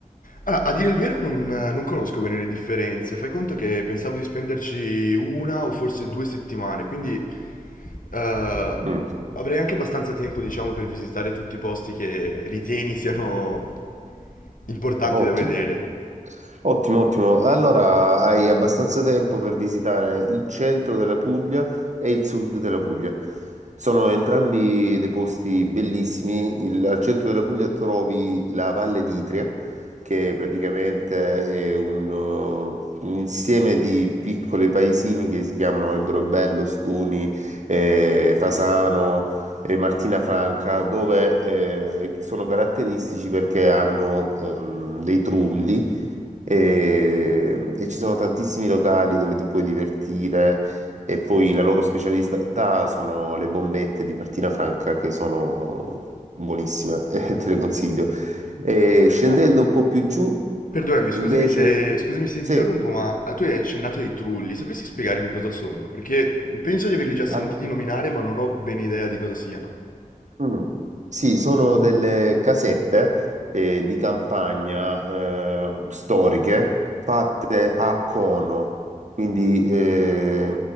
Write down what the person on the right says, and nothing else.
Mm,
ottimo.
Ottimo, ottimo. Allora hai abbastanza tempo per visitare il centro della Puglia e il sud della Puglia. Sono entrambi dei posti bellissimi. Il- al centro della Puglia trovi la Valle d'Itria, che praticamente è un, eh, un insieme di piccoli paesini che si chiamano Alberobello, Stuni, eh, Fasano e Martina Franca, dove eh, sono caratteristici perché hanno ehm, dei trulli e, e ci sono tantissimi locali dove ti puoi divertire e poi la loro specialità sono le bombette di Martina Franca che sono buonissime, <laughs> eh, te le consiglio. E scendendo
un po' più giù,
invece,
sì,
al-
Mm. Sì, sono delle casette eh, di campagna eh, storiche fatte a cono, quindi eh,